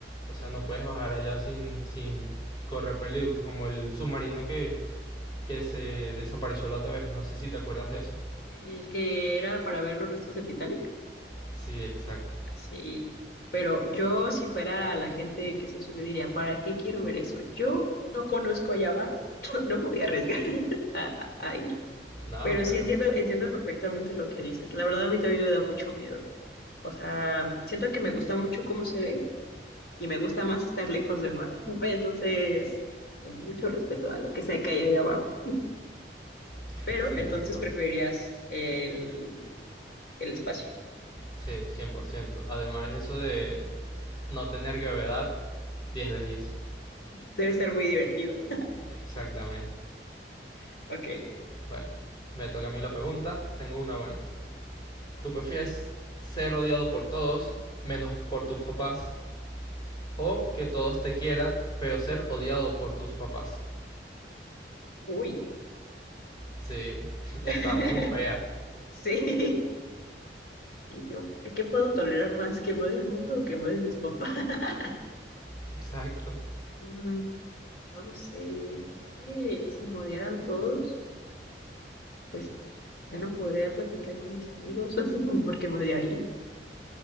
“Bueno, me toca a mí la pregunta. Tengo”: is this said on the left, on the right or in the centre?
Left